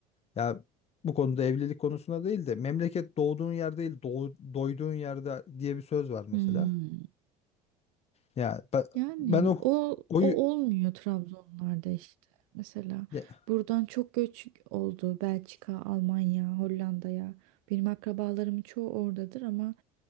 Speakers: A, on the left; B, on the right.
A: Ya bu konuda evlilik konusunda değil de memleket doğduğun yer değil doğu- doyduğun yerde diye bir söz var mesela.
B: Hmm,
A: Ya ben,
B: yani
A: ben o
B: o,
A: koyu
B: o olmuyor Trabzonlarda işte. Mesela
A: ya,
B: buradan çok göç oldu Belçika, Almanya, Hollanda'ya. Benim akrabalarımın çoğu oradadır ama